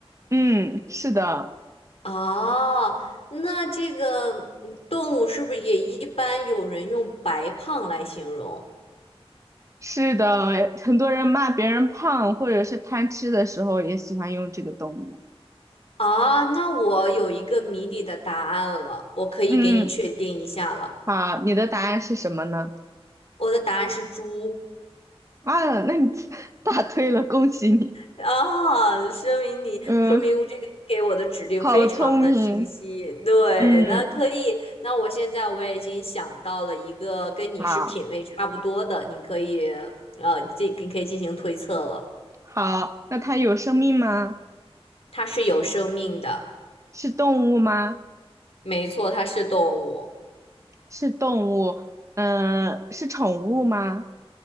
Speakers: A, on the right (about 30°); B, on the left (about 70°).
A: 嗯，是的，
B: 啊。那这个嗯动物是不是也一般有人用白胖来形容？
A: 是的，很多人骂别人胖或者是贪吃的时候也喜欢用这个动物，
B: 啊，那我有一个谜底的答案了，我可以给你确定一下了，
A: 嗯，好，你的答案是什么呢？
B: 我的答案是猪。
A: 啊，那你 <laughs> 答对了，恭喜你，
B: 啊，说明你说明这个给我的指令非常的清晰。
A: 嗯。好聪明，
B: 对，
A: 嗯，
B: 那可以，那我现在我也已经想到了一个跟你是品味差不多的，
A: 好，
B: 你可以呃进你可以进行推测了。
A: 好，那它有生命吗？
B: 它是有生命的，
A: 是动物吗？
B: 没错，它是动物。
A: 是动物，嗯、是宠物吗？